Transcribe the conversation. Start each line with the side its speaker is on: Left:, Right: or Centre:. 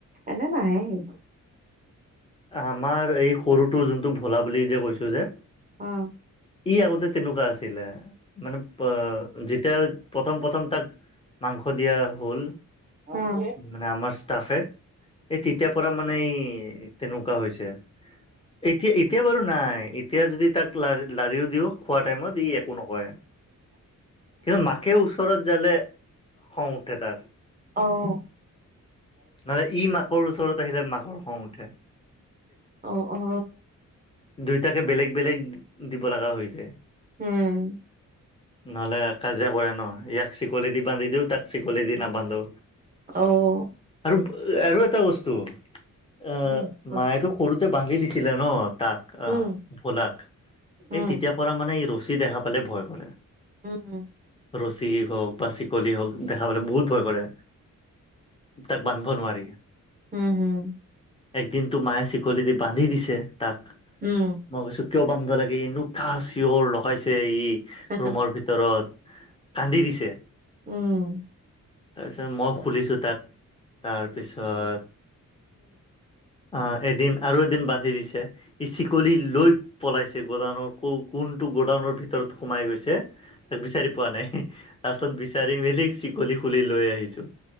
Right: এনে নাহে সি।
Left: আমাৰ এই সৰুটো যোনটো ভোলা বুলি যে কৈছোঁ যে,
Right: অঁ।
Left: ই আগতে তেনেকুৱা আছিলে। মানে অ যেতিয়া প্ৰথম প্ৰথম তাক মাংস দিয়া হ'ল,
Right: অ অ অ অ উম
Left: মানে আমাৰ ষ্টাফে এই তেতিয়াৰ পৰা মানে এই তেনেকুৱা হৈছে। এতিয়া এতিয়া বাৰু নাই, এতিয়া যদি তাক লা লাৰিও দিওঁ। খোৱা টাইমত ই একো নকয়, কিন্তু মাকে ওচৰত যালে খং উঠে তাৰ।
Right: অঁহ।
Left: নহলে ই মাকৰ ওচৰত আহিলে মাকৰ খং উঠে।
Right: অঁ অঁ।
Left: দুয়টাকে বেলেগ বেলেগ দিব লগা হৈ যায়।
Right: উম।
Left: নহলে কাজিয়া কৰে ন, ইয়াক চিকলি দি বান্ধি দিওঁ, তাক চিকলি দি নাবান্ধো।
Right: অহ।
Left: আৰু আৰু এটা বস্তু আহ
Right: উম কোৱা
Left: মায়েতো সৰু তে বান্ধি দিছিলে ন তাক,
Right: উম
Left: আঁহ ভোলাক।
Right: উম
Left: এই তেতিয়া পৰা মানে এই ৰচী দেখা পালে ভয় কৰে।
Right: উম উম।
Left: ৰছী হওক বা চিকলি হওক দেখা পালে বহুত ভয় কৰে। তাক বান্ধব নোৱাৰি।
Right: উম উম
Left: একদিনতো মায়ে চিকলি দি বান্ধি দিছে তাক।
Right: উম।
Left: মই কৈছো কিয় বানধা লাগে এনোকা চিঞৰ লগাইছে ই
Right: উম
Left: ৰুমৰ ভি তৰত কান্দি দিছে‌ অঁ।
Right: উম।
Left: তাৰপিছত মই খুলিছোঁ, তাক তাৰপিছত অ এদিন আৰু এদিন বান্ধি দিছে ই চিকলি লৈ পলাইছে গ'ডাউনৰ কোনটো গ'ডাউনৰ ভিতৰত সোমাই গৈছে তাক বিচাৰি পোৱা নাই লাষ্টত বিচাৰি মেলি চিকলি খুলি লৈ আহিছো